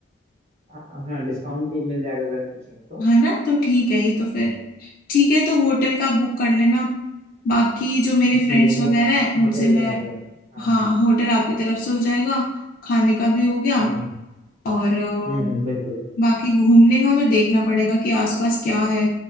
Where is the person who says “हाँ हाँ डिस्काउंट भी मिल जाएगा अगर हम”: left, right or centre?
Right